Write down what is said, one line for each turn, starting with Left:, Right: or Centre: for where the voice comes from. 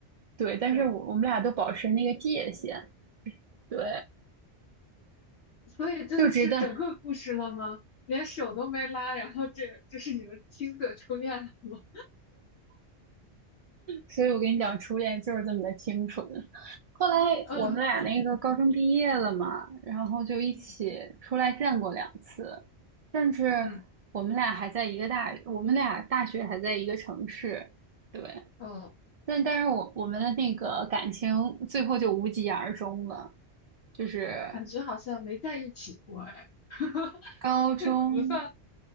Right: 对，但是我我们俩都保持那个界限，
Left: 对。
Right: 对，
Left: 所以这就是整个故事了吗？
Right: 就知道。
Left: 连手都没拉，然后这就是你的青涩初恋了吗？
Right: 所以我跟你讲，初恋就是这么的清纯。后来我们俩那个高中毕业了嘛，
Left: <laughs> 嗯
Right: 然后就一起出来见过两次，
Left: 嗯
Right: 甚至
Left: 嗯，
Right: 我们俩还在一个大，我们俩大学还在一个城市，对。
Left: 哦，
Right: 但但是我我们的那个感情最后就无疾而终了，就是
Left: 感觉好像没在一起过哎。<laughs>
Right: 高中
Left: 不算，